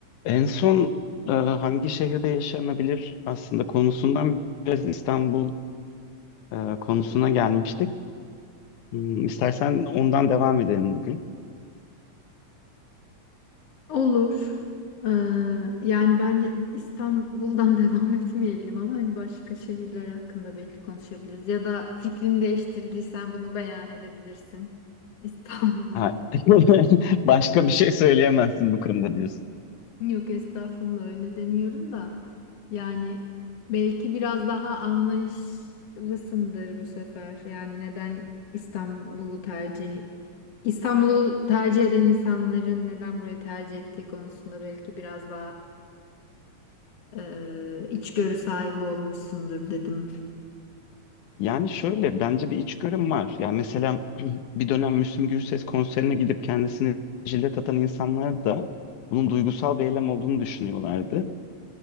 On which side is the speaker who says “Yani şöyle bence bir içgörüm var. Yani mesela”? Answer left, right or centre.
Left